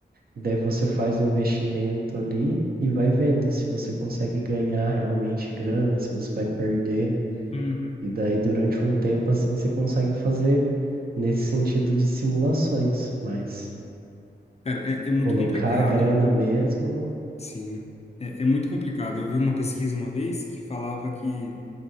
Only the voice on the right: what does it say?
Daí você faz o investimento ali e vai vendo se você consegue ganhar realmente grana, se você vai perder.
E daí, durante um tempo, assim, você consegue fazer nesse sentido de simulações, mas
colocar
a grana mesmo.